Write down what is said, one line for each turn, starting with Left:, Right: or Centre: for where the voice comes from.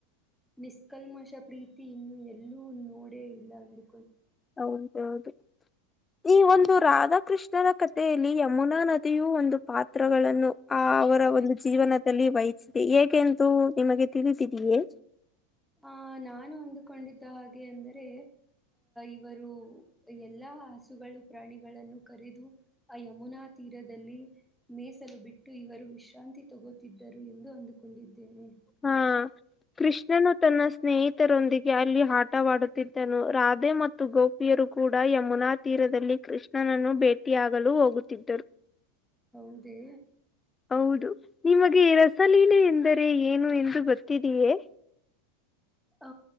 Centre: ನಿಸ್ಕಲ್ಮಶ ಪ್ರೀತಿ ಇನ್ನು ಎಲ್ಲೂ ನೋಡೇ ಇಲ್ಲ ಒಂದು
Left: ಹೌದೌದು ಈ ಒಂದು ರಾಧಾಕೃಷ್ಣನ ಕಥೆಯಲ್ಲಿ ಯಮುನಾ ನದಿಯು ಒಂದು ಪಾತ್ರಗಳನ್ನು ಆ ಅವರ ಒಂದು ಜೀವನದಲ್ಲಿ ವಹಿಸಿದೆ ಏಕೆಂದು ನಿಮಗೆ ತಿಳಿದಿದಿಯೇ
Centre: ಆ ನಾನು ಅಂದುಕೊಂಡಿದ್ದ ಹಾಗೆ ಅಂದರೆ ಇವರು ಎಲ್ಲ ಹಸುಗಳು ಪ್ರಾಣಿಗಳನ್ನು ಕರೆದು ಆ ಯಮುನಾ ತೀರದಲ್ಲಿ ಮೀಸಲು ಬಿಟ್ಟು ಇವರು ವಿಶ್ರಾಂತಿ ತಗೋುತ್ತಿದ್ದರು ಎಂದು ಅಂದುಕೊಂಡಿದ್ದೇನೆ
Left: ಹಾ ಕೃಷ್ಣನು ತನ್ನ ಸ್ನೇಹಿತರೊಂದಿಗೆ ಅಲ್ಲಿ ಆಟವಾಡುತ್ತಿದ್ದನು ರಾಧೆ ಮತ್ತು ಗೋಪಿಯರು ಕೂಡ ಯಮುನಾ ತೀರದಲ್ಲಿ ಕೃಷ್ಣನನ್ನು ಭೇಟಿಯಾಗಲು ಹೋಗುತ್ತಿದ್ದರು
Centre: ಹೌದೇ
Left: ಹೌದು ನಿಮಗೆ ರಸಲೀಲೆ ಎಂದರೆ ಏನು ಎಂದು ಗತ್ತಿದೆಯೇ
Centre: ಹ